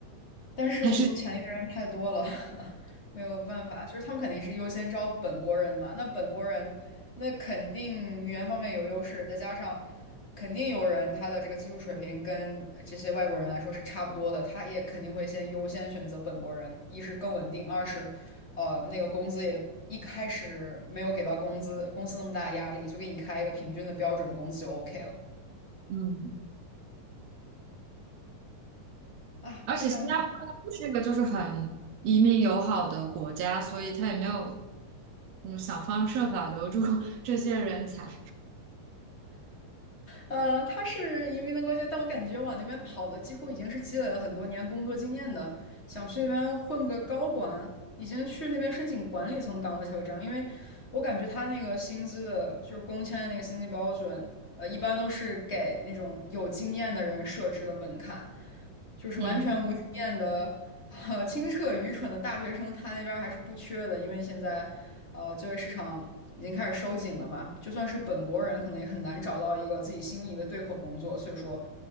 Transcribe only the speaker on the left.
但是有钱的人太多了，
<laughs> 没有办法，就是他们肯定是优先招本国人嘛。那本国人，那肯定语言方面有优势，再加上肯定有人他的这个技术水平跟这些外国人来说是差不多的，他也肯定会先优先选择本国人，一是更稳定，二是呃那个工资也一开始没有给到工资公司那么大的压力，就给你开一个平均的标准工资就 OK 了
啊，
是这样的。
呃，他是移民的国家，但我感觉往那边跑的几乎已经是积累了很多年工作经验的，想去那边混个高管，已经去那边申请管理层岗位才会这样。因为我感觉他那个薪资的，就是工签的那个薪资标准，呃，一般都是给那种有经验的人设置的门槛，就是完全无经验的。
<laughs> 呃，清澈愚蠢的大学生，他那边儿还是不缺的，因为现在，呃，就业市场已经开始收紧了嘛，就算是本国人，可能也很难找到一个自己心仪的对口工作，所以说，